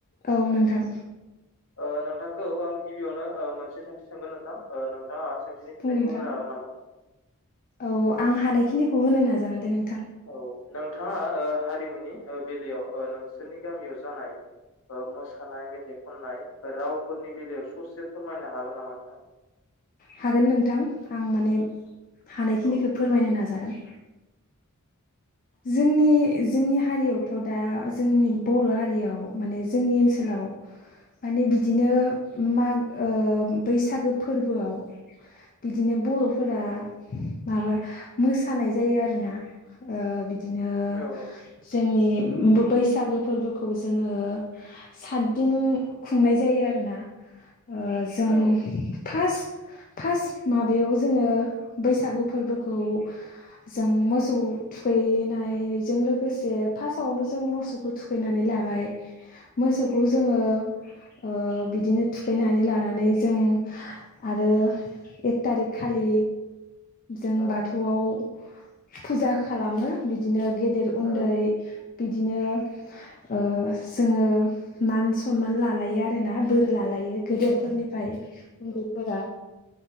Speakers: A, on the left; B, on the left.
A: औ नोंथां
B: <unintelligible> ओ नोंथांखौ आं गिबियावनो ओ मोनसे सोंथि सोंगोन नोंथां ओ नोंथाङा सोंथिनि
A: बुं
B: फिन्नायखौ
A: नोंथां
B: होनो हागोन नामा? <unintelligible>
A: औ आं हानायखिनिखौ होनो नाजागोनदे नों
B: औ नोंथाङा ओ हारिमुनि ओ बेलायाव ओ नोंसोरनि गामियाव जानाय ओ मोसानाय मेथाइ खननाय ओ रावफोरनि बेलायाव ससे फोरमायनो हागोन नामा नोंथां?
A: हागोन नोंथां आं माने हानायखिनिखो
B: औ
A: फोरमायनो नाजागोन।
B: <unintelligible>
A: जोंनि जोंनि हारियावथ' दा जोंनि बर' हारियाव माने जोंनि ओनसोलाव माने बिदिनो उम माग ओ बैसागो फोरबोआव बिदिनो बर'फोरा माबा मोसानाय जायो आरोना ओ बिदिनो
B: औ
A: जोंनि उम बो बैसागो फोरबोखौ जोङो सातदिन खुंनाय जायो। आरोना ओ जों
B: औ
A: फास फास माबायाव जोङो बैसागु फोरबोखौ जों मोसौ
B: औ
A: थुखैना नायजों लोगोसे फासावनो जों मोसौखो थुखैनानै लाबाय मोसौखौ जोङो
B: <unintelligible>
A: ओ बिदिनो थुखैनानै लानानै जों आरो एक तारिक खालि जों
B: औ
A: बाथौआव फुजा खालामो बिदिनो गेदेर
B: औ
A: उन्दै बिदिनो ओ जोङो मान सनमान लालायो आरोना बोर लालायो गेदेरफोरनिफ्राय
B: औ
A: उन्दैफोरा।
B: औ